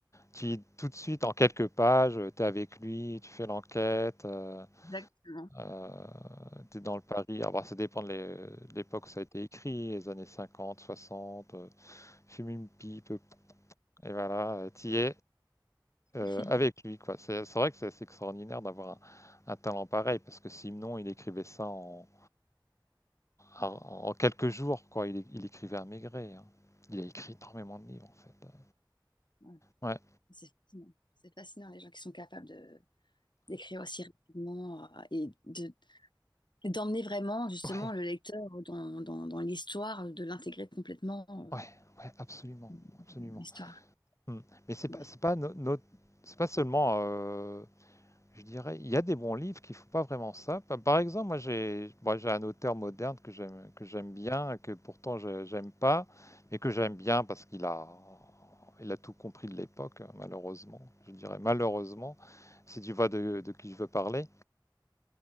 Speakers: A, on the left; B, on the left.
A: Tu, tout de suite, en quelques pages, tu es avec lui, tu fais l'enquête, euh,
B: exactement.
A: euh, tu es dans le Paris. Alors, bah, ça dépend de l'époque où ça a été écrit, les années 50, 60, euh, fume une pipe, et voilà, euh, t'y es, euh,
B: <laughs>
A: avec lui, quoi. C'est c'est vrai que c'est assez extraordinaire d'avoir un, un talent pareil, parce que sinon, il écrivait ça en, en- en quelques jours, quoi. Il, é- il écrivait à Maigret. hein. Il a écrit énormément de livres, en fait.
B: Ouais.
A: Ouais,
B: C'est fascinant. C'est fascinant, les gens qui sont capables de d'écrire aussi rapidement euh, et de d'emmener vraiment justement
A: ouais,
B: le lecteur dans, dans, dans l'histoire, de l'intégrer complètement
A: ouais, ouais, absolument,
B: euh,
A: absolument.
B: dans l'histoire.
A: Mm. Mais c'est pas,
B: Ouais.
A: c'est pas no- no- c'est pas seulement euh, Je dirais, il y a des bons livres qui font pas vraiment ça. Pa- Par exemple, moi j'ai bon, j'ai un auteur moderne que j'aime que j'aime bien, que pourtant je- j'aime pas, mais que j'aime bien parce qu'il a il a tout compris de l'époque, hein, malheureusement. Je dirais malheureusement, si tu vois de, de qui je veux parler.